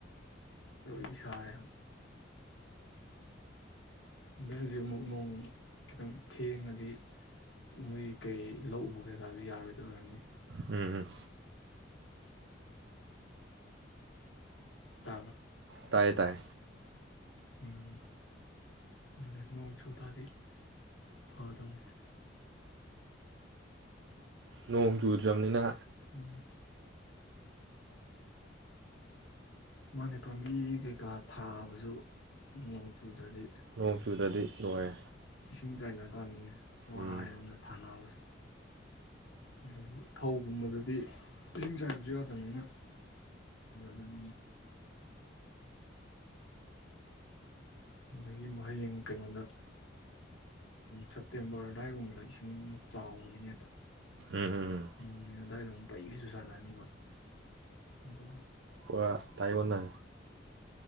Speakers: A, on the left (about 80°); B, on the right (about 90°).
A: ꯕꯤ ꯁꯥꯥꯦ ꯑꯗꯩ ꯍꯧꯖꯤꯛ ꯑꯃꯨꯛ ꯅꯣꯡ ꯈꯤꯇꯪ ꯊꯦꯡꯉꯗꯤ ꯃꯣꯏ ꯀꯩ ꯂꯧꯎꯕ ꯀꯩꯀꯥꯁꯨ ꯌꯥꯔꯣꯏꯗ ꯑꯣꯏꯔꯅꯤ
B: ꯎꯝ ꯎꯝ
A: ꯇꯥꯕ꯭ꯔ
B: ꯇ ꯇꯥꯏ
A: ꯎꯝ ꯑꯗꯨꯗꯤ ꯅꯣꯡ ꯆꯨ ꯇꯗꯤ ꯊꯥꯗꯧꯅꯦ
B: ꯅꯣꯡ ꯨꯨꯔꯖꯝꯅꯤꯅ
A: ꯅꯣꯡ ꯃꯥꯅꯦ ꯄꯥꯝꯕꯤ ꯀꯩꯀꯥ ꯊꯥꯕꯁꯨ ꯅꯣꯡ ꯆꯨꯗ꯭ꯔꯗꯤ
B: ꯅꯣꯡ ꯆꯨꯗꯗꯤ ꯂꯣꯏꯔꯦ
A: ꯁ ꯆꯥꯏꯅ ꯇꯥꯅꯤꯅꯦ ꯋꯥ
B: ꯎꯝ
A: ꯅ ꯊꯅꯁ ꯑꯗꯒꯤ ꯐꯧꯒꯨꯝꯕꯗꯗꯤ ꯏꯁꯤꯡ ꯆꯥꯏꯕꯁꯨ ꯌꯥꯗꯕꯅꯤꯅ ꯐꯖꯗꯕꯅꯤꯅ ꯑꯗꯒꯤ ꯍꯌꯦꯡ ꯀꯩꯅꯣꯗ ꯁꯦꯞꯇꯦꯝꯕꯔ ꯑꯗꯨꯋꯥꯏꯒꯨꯝꯕꯗ ꯏꯁꯤꯡ ꯆꯥꯎꯕꯒꯤꯅꯦꯛꯇ
B: ꯎꯝ ꯎꯝ
A: ꯅꯣꯡ ꯑꯗꯥꯏꯗꯝ ꯄꯩꯒꯁꯨ ꯁꯥꯜꯂꯅꯤꯕ ꯑꯗꯨꯒ
B: ꯄꯨꯔꯥ ꯇꯥꯏꯕꯣꯟꯅ